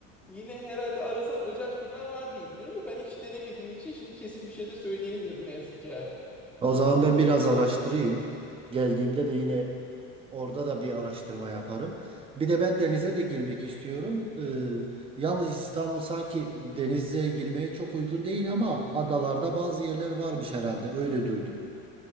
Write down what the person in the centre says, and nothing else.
yine herhalde arasan özel turlar var diye biliyorum da ben hiç denemediğim için şimdi kesin bir şey de söyleyemiyorum ne yazık ki abi.